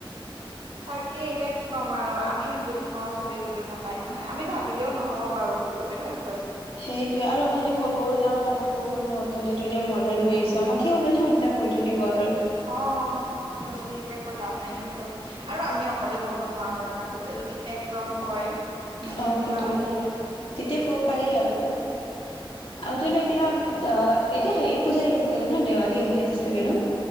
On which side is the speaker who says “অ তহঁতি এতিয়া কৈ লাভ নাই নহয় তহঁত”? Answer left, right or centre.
Right